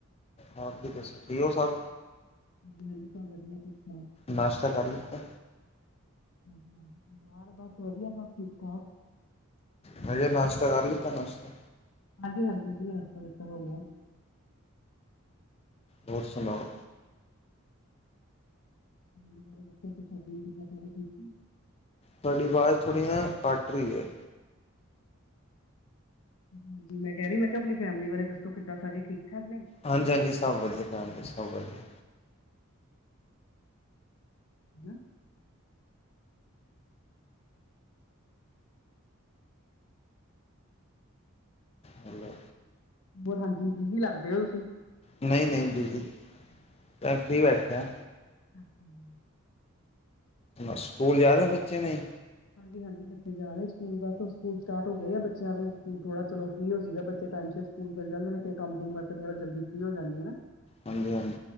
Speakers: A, on the left (about 30°); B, on the left (about 75°).
A: ਆ ਦੱਸੋ ਠੀਕ ਹੋ ਸਭ?
B: ਹਾਂਜੀ ਹਾਂਜੀ, ਸਭ ਵਧੀਆ ਠੀਕ ਠਾਕ
A: ਨਾਸ਼ਤਾ ਕਰ ਲਿੱਤਾ
B: ਹਾਂਜੀ-ਹਾਂਜੀ, ਪਰਿਵਾਰ ਬਸ ਵਧੀਆ ਸਭ ਠੀਕ-ਠਾਕ,
A: ਮੈ ਕਿਹਾ ਨਾਸ਼ਤਾ ਕਰਲਿਆ ਨਾਸ਼ਤਾ?
B: ਹਾਂਜੀ, ਹਾਂਜੀ, ਜੀ ਨਾਸਤਾ ਨੁਸਤਾ ਹੋਇਆ,
A: ਹੋਰ ਸਣਾਓ?
B: ਕਿਦਾ ਸਾਰੇ ਠੀਕ,
A: ਤੁਹਾਡੀ ਆਵਾਜ਼ ਥੋੜ੍ਹੀ ਐ ਕੱਟ ਰਹੀ ਹੈ।
B: ਹਾਂਜੀ ਮੈਂ ਕਹਿ ਰਹੀ ਮੈਂ ਕਿਹਾ ਆਪਣੀ ਫੈਮਿਲੀ ਬਾਰੇ ਦੱਸੋ? ਕਿੱਦਾਂ ਸਾਰੇ ਠੀਕ ਠਾਕ ਨੇ?
A: ਹਾਂਜੀ-ਹਾਂਜੀ, ਸਭ ਵਧੀਆ ਫੈਮਿਲੀ ਸਭ ਵਧੀਆ,
B: ਹੈ <unintelligible>
A: ਹੈਲੋ,
B: ਹੋਰ ਹਾਂਜੀ, ਬੀਜੀ ਲੱਗਦੇ ਐ ਰੋਟੀ,
A: ਨਹੀਂ-ਨਹੀਂ, ਬਿਜੀ ਮੈ ਫਰੀ ਬੇਠਿਆ।
B: ਅੱਛਾ ਜੀ,
A: ਸਕੂਲ ਜਾਨਾ ਬੱਚੇ ਨੇ,
B: ਹਾਂਜੀ-ਹਾਂਜੀ, ਬੱਚੇ ਜਾ ਰਹੇ ਸਕੂਲ ਬਸ ਸਕੂਲ ਸਟਾਰਟ ਹੋ ਗਏ ਆ, ਬੱਚਿਆਂ ਦੇ ਹੁਣ ਥੋੜਾ ਚਲੋ ਫ੍ਰਰੀ ਹੋ ਜਾਏਗਾ, ਬੱਚੇ ਟਾਈਮ ਸਿਰ ਸਕੂਲ ਚਲੇ ਜਾਂਦੇ ਨੇ, ਫਿਰ ਕੰਮ ਕੁੰਮ ਕਰਕੇ ਥੋੜਾ ਜਲਦੀ ਫ੍ਰੀ ਹੋ ਜਾਂਦੀ ਹਨਾ।
A: ਹਾਂਜੀ-ਹਾਂਜੀ,